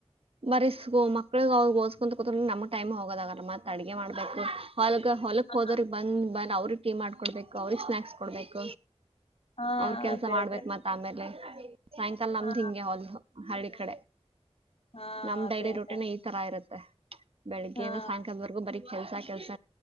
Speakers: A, on the right; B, on the left.
A: ಬರಿಸ್ ಓ ಮ ಮಕ್ಳಿಗ್ ಅವ್ಗ್ ಓದ್ಸ್ಕೊಂತಾ ಕುಂತ್ರ ನಮ್ಗ್ ಟೈಮ್ ಹೋಗಾದಾಗಲ್ಲ ಮತ್ ಅಡ್ಗೆ ಮಾಡ್ಬೇಕು. ಹೊಲ್ಗ ಹೊಲಕ್
B: ಹಾ
A: ಹೋದ್ರ ಬಂದ್ ಬಂದ ಅವ್ರಿಗೆ ಟೀ ಮಾಡ್ಕೊಡ್ಬೇಕ ಅವ್ರಿಗ್ ಸ್ನಾಕ್ಸ್ ಕೊಡ್ಬೇಕ.
B: ಹಾ
A: ಅವ್ರ ಕೆಲ್ಸ
B: ಅದೇ
A: ಮಾಡ್ಬೇಕ್
B: ಅದೇ
A: ಮತ್ ಆಮ್ಯಾಲಿ ಸಾಯಂಕಾಲ ನಮ್ದ್
B: ಹಾ
A: ಹಿಂಗೆ ಹೊಲ್ ಹಳ್ಳಿ ಕಡೆ.
B: ಹಾ
A: ನಮ್
B: ಅದೇ
A: ಡೈಲಿ ರುಟೀನೆ
B: ಅದೇ
A: ಈ ತರ ಇರುತ್ತೆ ಬೆಳಿಗ್ಗೆಯಿಂದ
B: ಹಾ
A: ಸಾಯಂಕಾಲದ್ವರ್ಗೂ ಬರಿ ಕೆಲ್ಸ ಕೆಲ್ಸ